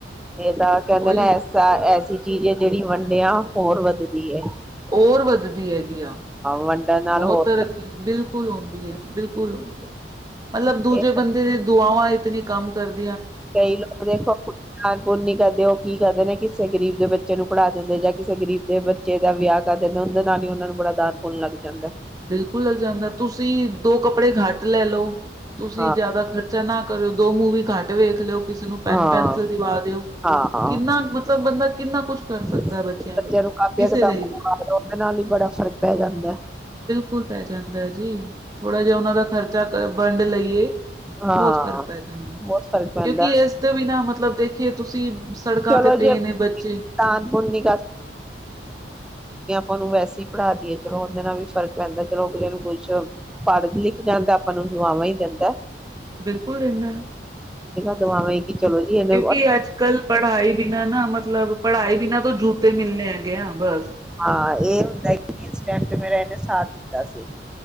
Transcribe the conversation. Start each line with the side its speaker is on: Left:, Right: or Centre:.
Centre: ਇਹ ਤਾਂ ਕਹਿੰਦੇ
Right: ਉਹੀ
Centre: ਨਾ ਐਸਾ -ਐਸੀ ਚੀਜ਼ ਜਿਹੜੀ ਵੰਡਿਆ ਹਾਂ ਹੋਰ ਵੱਧਦੀਏ।
Right: ਹੋਰ ਵੱਧਦੀ ਹੈ। ਯਾ
Centre: ਵੰਡਣ ਨਾਲ
Right: ਬਹੁਤ
Centre: ਹੋਰ
Right: ਤਰੱਕੀ, ਬਿਲਕੁਲ ਹੁੰਦੀ ਹੈ, ਬਿਲਕੁਲ ਹੁੰਦੀ ਹੈ ਮਤਲਬ ਦੂਜੇ
Centre: ਇਹ
Right: ਬੰਦੇ ਦੀ ਦੁਆਵਾਂ ਇਤਨੀ ਕੰਮ ਕਰਦੇ
Centre: ਕਈ ਲੋਕ ਦੇਖੋ ਖਾਨ- ਪਾਨ ਨਹੀ ਕਰਦੇ ਉਹ ਕੀ ਕਰਦੇ ਨੇ ਕਿਸੇ ਗ਼ਰੀਬ ਦੇ ਬੱਚੇ ਬੱਚੇ ਨੂੰ ਪੜ੍ਹਾ ਦਿੰਦੇ ਜਾਂ ਕਿਸੇ ਗਰੀਬ ਦੇ ਬੱਚੇ ਦਾ ਵਿਆਹ ਕਰ ਦਿੰਦੇ ਉਹਦੇ ਨਾਲ ਹੀ ਉਹਨਾ ਨੂੰ ਬੜਾ ਦਾਨ ਪੁੰਣ ਲੱਗ ਜਾਂਦਾ ਹੈ।
Right: ਬਿਲਕੁਲ ਲੱਗ ਜਾਂਦਾ ਤੁਸੀਂ, ਦੋ ਕੱਪੜੇ ਘੱਟ ਲੈ ਲਓ, ਤੁਸੀਂ
Centre: ਹਾਂ
Right: ਜਿਆਦਾ ਖਰਚਾ ਨਾ ਕਰਿਓ। ਦੋ ਮੂਵ ਘੱਟ ਵੇਖ ਲਓ ਕਿਸੇ ਨੂੰ ਪੈਨ
Centre: ਹਾਂ
Right: -ਪੈਨਸਿਲ ਦਿਵਾ ਦਿਓ।
Centre: ਹਾਂ
Right: ਕਿੰਨਾ ਮਤਲਬ ਬੰਦਾ ਕਿੰਨਾ ਕੁਛ ਕਰ ਸਕਦਾ
Centre: ਬੱਚਿਆਂ
Right: ਲਈ
Centre: ਨੂੰ ਕਾਪੀਆਂ
Right: ਕਿਸੇ
Centre: -ਕਿਤਾਬਾਂ
Right: ਲਈ ਵੀ।
Centre: ਉਹਦੇ ਨਾਲ ਹੀ ਬੜਾ ਫ਼ਰਕ ਪੈ ਜਾਂਦਾ।
Right: ਪੁਲ ਪੈ ਜਾਂਦਾ। ਜੀ, ਥੋੜਾ ਜਿਹਾ ਉਹਨਾ ਦਾ ਖਰਚਾ ਵੰਡ ਲਈਏ,
Centre: ਹਾਂ
Right: ਬਹੁਤ ਫ਼ਰਕ ਪੈ ਜਾਂਦਾ
Centre: ਬਹੁਤ ਫ਼ਰਕ ਪੈਂਦਾ
Right: ਕਿਉਕਿ ਇਸ ਤੋਂ ਵੀ ਨਾ ਮਤਲਬ ਦੇਖੀਏ ਤੁਸੀਂ ਸੜਕਾਂ
Centre: ਚਲੋ
Right: ਤੇ ਪਏ
Centre: ਜੇ
Right: ਨੇ ਬੱਚੇ
Centre: ਦਾਨ ਪੁੰਨ ਨੀ ਉਹਨੂੰ ਵੈਸੇ ਪੜ੍ਹਾ ਦੀਏ ਹੈ ਚਲੋ ਉਹਦੇ ਨਾਲ ਵੀ ਫਰਕ ਪੈਂਦਾ ਚਲੋ ਅਗਲੇ ਨੂੰ ਪੜ ਲਿਖ ਜਾਂਦਾ ਆਪਾਂ ਨੂੰ ਦੁਆਵਾਂ ਹੀ ਦਿੰਦਾ।
Right: ਬਿਲਕੁਲ ਦਿੰਦਾ
Centre: ਦ ਕਿ ਚਲੋ ਜੀ ਇਹਨੇ
Right: ਕਿਉਂਕਿ ਅੱਜ ਕੱਲ ਪੜ੍ਹਾਈ ਬਿਨਾਂ ਨਾ ਮਤਲਬ ਪੜ੍ਹਾਈ ਬਿਨਾਂ ਤੋਂ ਜੂਤੇ ਮਿਲਣੇ ਹੈਗੇ ਆ ਬਸ
Centre: ਹਾਂ ਇ ਮੇ <unintelligible> ਸਾਥ ਦਿੱਤਾ ਸੀ।